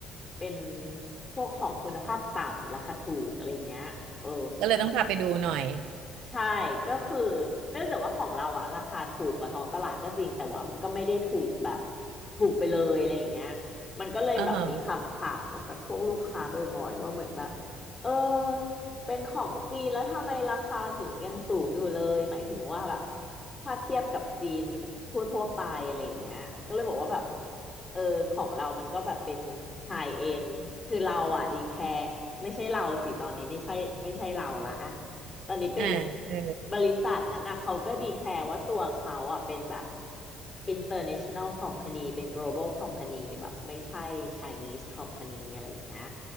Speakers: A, on the left; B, on the right.
A: เป็นพวกของคุณภาพต่ำราคาถูกอะไรเงี้ยเออ
B: ก็เลยต้องพาไปดูหน่อย
A: ใช่ก็คือเนื่องจากว่าของเราอะราคาถูกกว่าท้องตลาดก็จริงแต่ว่าก็ไม่ได้ถูกแบบถูกไปเลยอะไรอย่างเงี้ยมันก็เลยแบบมีคำถามมาจากพวกลูกค้าบ่อยๆว่าเหมือนแบบ
B: อ่าฮะ
A: เออเป็นของจีนแล้วทำไมราคาถึงยังสูงอยู่เลยหมายถึงว่าแบบถ้าเทียบกับจีนทั่วๆไปอะไรอย่างเงี้ยก็เลยบอกว่าแบบเออของเรามันก็แบบเป็นไฮเอ็นคือเราอะดีแคร์ไม่ใช่เราสิตอนนี้ไม่ใช่ไม่ใช่เราละอะ ตอนนี้เป็น
B: อ่าเออ
A: บริษัทนั้นนะเขาก็ดีแคร์ว่าตัวเขาอ่ะเป็นแบบ international company เป็น global company แบบไม่ใช่ Chinese company อะไรอย่างเงี้ย